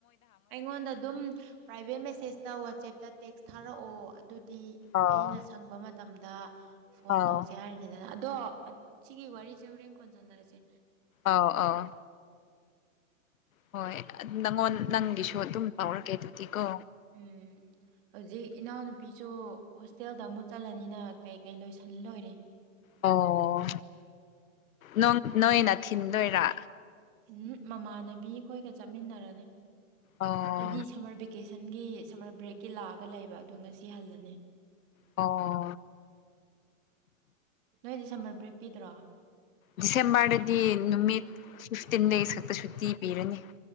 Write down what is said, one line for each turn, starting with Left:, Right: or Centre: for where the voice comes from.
Right: ꯑꯩꯉꯣꯟꯗ ꯗꯨꯝ ꯄ꯭ꯔꯥꯏꯚꯦꯠ ꯃꯦꯁꯦꯁꯇ ꯋꯥꯆꯦꯞꯇ ꯇꯦꯛꯁ ꯊꯥꯔꯛꯑꯣ ꯑꯗꯨꯗꯤ
Left: ꯑꯥ
Right: ꯑꯩꯅ ꯁꯪꯕ ꯃꯇꯝꯗ ꯐꯣꯟ
Left: ꯑꯥꯎ
Right: ꯇꯧꯁꯦ ꯍꯥꯏꯔꯤꯅꯤꯗ ꯑꯗꯣ ꯁꯤꯒꯤ ꯋꯥꯔꯤꯁꯦ ꯍꯣꯔꯦꯟ ꯀꯣꯟ ꯁꯥꯟꯅꯔꯁꯦ꯫
Left: ꯑꯥꯎ ꯑꯥꯎ ꯍꯣꯏ ꯅꯪꯉꯣꯟ ꯅꯪꯒꯤꯁꯨ ꯑꯗꯨꯝ ꯇꯧꯔꯒꯦ ꯑꯗꯨꯗꯤ ꯀꯣ
Right: ꯎꯝ ꯍꯧꯖꯤꯛ ꯏꯅꯥꯎꯅꯨꯄꯤꯁꯨ ꯍꯣꯁꯇꯦꯜꯗ ꯑꯃꯨꯛ ꯆꯠꯂꯅꯤꯅ ꯀꯩ ꯀꯩ ꯂꯣꯏꯁꯜ ꯂꯣꯏꯔꯦ꯫
Left: ꯑꯣ ꯅꯪ ꯅꯣꯏꯅ ꯊꯤꯟꯗꯣꯏꯔꯥ
Right: ꯎꯝ ꯃꯃꯥꯟꯅꯕꯤ ꯈꯣꯏꯒ ꯆꯠꯃꯤꯟꯅꯔꯅꯤ
Left: ꯑꯣ
Right: ꯍꯥꯏꯗꯤ ꯁꯃꯔ ꯚꯦ ꯀꯦꯁꯟꯒꯤ ꯁꯝꯃꯔ ꯕ꯭ꯔꯦꯛꯀꯤ ꯂꯥꯛꯑꯒ ꯂꯩꯕ ꯑꯗꯣ ꯉꯁꯤ ꯍꯜꯂꯅꯤ꯫
Left: ꯑꯣ
Right: ꯅꯣꯏꯗꯤ ꯁꯝꯃꯔ ꯕ꯭ꯔꯦꯛ ꯄꯤꯗ꯭ꯔꯣ?
Left: ꯗꯤꯁꯦꯝꯕꯔꯗꯗꯤ ꯅꯨꯃꯤꯠ ꯐꯤꯐꯇꯤꯟ ꯗꯦꯁ ꯈꯛꯇ ꯁꯨꯇꯤ ꯄꯤꯔꯅꯤ꯫